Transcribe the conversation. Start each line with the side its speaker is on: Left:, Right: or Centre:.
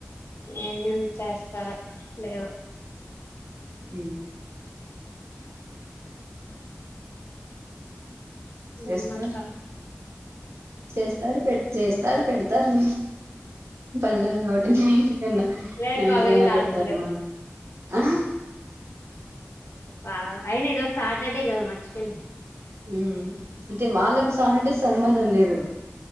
Left: ఎందేం చేస్తరో లేదు
Right: ఉ చేస్తారు
Left: ఉమ్ అట్లా
Right: చేస్తారు పెట్ చేస్తారు పెడతారు పన్నెండు, ఒకటి కన్నా
Left: లేదు
Right: నైట్
Left: కళ్ళ
Right: కన్నా
Left: మీద
Right: పెడతారు
Left: ఆశలు
Right: మ అ
Left: ఆ అయినా ఈరోజు సాటర్డే కదా మర్చిపెంది
Right: ఉ అంటే వాళ్ళకు సాటర్డే సంబంధం లేదు